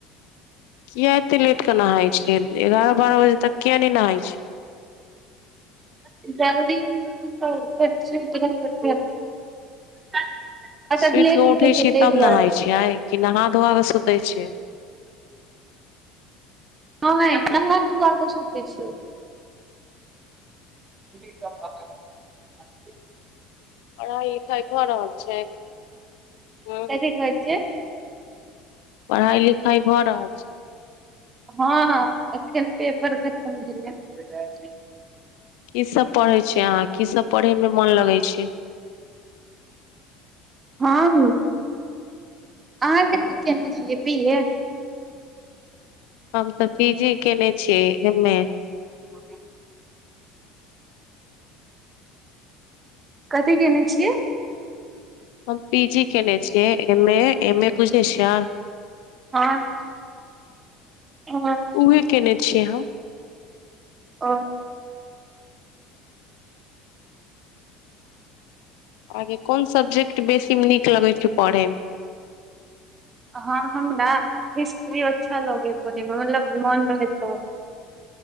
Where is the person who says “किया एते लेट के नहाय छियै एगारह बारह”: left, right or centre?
Left